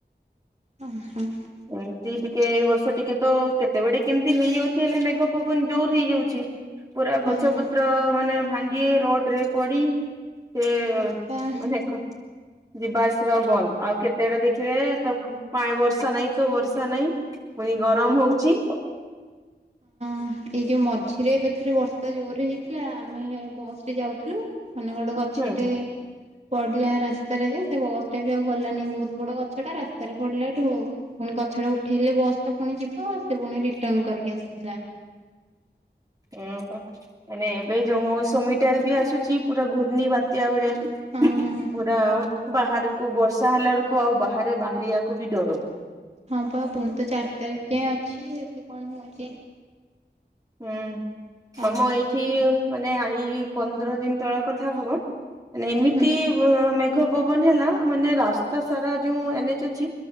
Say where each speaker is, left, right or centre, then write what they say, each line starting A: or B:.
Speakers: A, on the right; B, on the right.
A: ଅଁ ହଁ।
B: ଏମିତି ଟିକେ ଏଇ ବର୍ଷ ଟିକେ ତ କେତେବେଳେ ଟିକେ କେମିତି ହେଇଯାଉଛି ହେଲେ ମେଘ ପବନ ଜୋର ହେଇଯାଉଛି। ପୁରା
A: ହଁ
B: ଗଛ, ପତ୍ର ମାନେ ଭାଙ୍ଗି ରୋଡ ରେ ପଡି। ଏ
A: ସେଇଟା
B: ଅନେକ। ଯିବା ଆସିବା ବନ୍ଦ ଆଉ କେତେବେଳେ ଦେଖିବେ ତ ଖୁ ପା ବର୍ଷା ନାଇଁ। ତ ବର୍ଷା ନାଇଁ ପୁଣି ଗରମ ହଉଛି।
A: ଅଁ ଏଇ ଯୋଉ ମଝିରେ ଏବେ ଥରେ ବର୍ଷା ଜୋରରେ ହେଇଥିଲା ଆମେ ବସ ରେ ଯାଉଥିଲୁ ମାନେ ଗୋଟେ ଗଛଟେ।
B: ହୁଁ।
A: ପଡିଲା ରାସ୍ତାରେ ଯେ ସେ ବସ ଟା ବି ଆଉ ଗଲାନି ବହୁତ ବଡ ଗଛଟା ରାସ୍ତାରେ ପଡିଲା ଠୁ। ପୁଣି ଗଛଟା ଉଠେଇଲେ ବସ ଟା ପୁଣି ଯିବ ସେ ପୁଣି ରିଟର୍ନ କରିକି ଆସିଥିଲା।
B: ଉଁ ପା ମାନେ ଏବେ ଯୋଉ ମୌସୁମୀ ଟା ବି ଆସୁଛି ପୁରା ଘୂର୍ଣ୍ଣି ବାତ୍ୟା ଭଳିଆ।
A: ହଁ
B: ପୁରା ବାହାରକୁ ବର୍ଷା ହେଲା ବେଳକୁ ଆଉ ବାହାରେ ବାହାରିବାକୁ ବି ଡର।
A: ହଁ ପା ପୁଣି ତ ଚାରି ତାରିଖ ଯାଏଁ ଅଛି ଦେଖି କଣ ହଉଛି।
B: ହୁଁ
A: ଆଜି
B: ଆମ
A: ତ
B: ଏଇଠି
A: ଦୁଇ
B: ମାନେ ଆ ଏଇ ପନ୍ଦର ଦିନ ତଳ କଥା ହବ। ମାନେ ଏମିତି
A: ହୁଁ
B: ବ ମେଘ ପବନ ହେଲା ମାନେ ରାସ୍ତା ସାରା ଯୋଉ ଏନ ଏଚ ଅଛି।